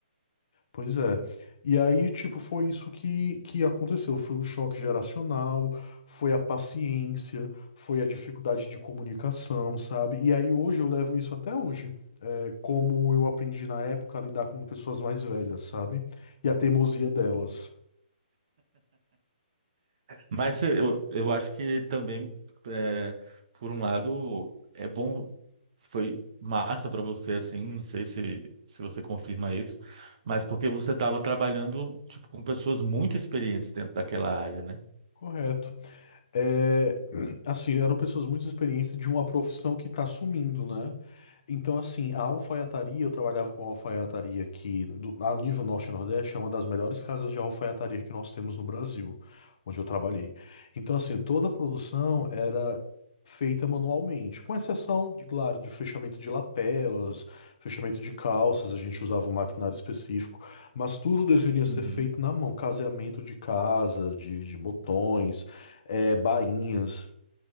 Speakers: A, on the left (about 40°); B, on the right (about 40°).
A: Pois é. E aí, tipo, foi isso que, que aconteceu. Foi o choque geracional, foi a paciência, foi a dificuldade de comunicação, sabe? E aí hoje eu levo isso até hoje. como eu aprendi na época a lidar com pessoas mais velhas, sabe? E a teimosia delas.
B: Mas eu, eu acho que também, é, por um lado, é bom, foi massa para você, assim, não sei se, se você confirma isso, mas porque você estava trabalhando, tipo, com pessoas muito experientes dentro daquela área, né?
A: Correto. É, assim, eram pessoas muito experientes de uma profissão que está sumindo, né? Então, assim, a alfaiataria, eu trabalhava com alfaiataria aqui do, a nível norte-nordeste, é uma das melhores casas de alfaiataria que nós temos no Brasil, onde eu trabalhei. Então, assim, toda a produção era feita manualmente, com exceção, de, claro, de fechamento de lapelas, fechamento de calças, a gente usava um maquinário específico. Mas tudo deveria ser
B: Uhum.
A: feito na mão, caseamento de casa, de, de botões, eh, bainhas,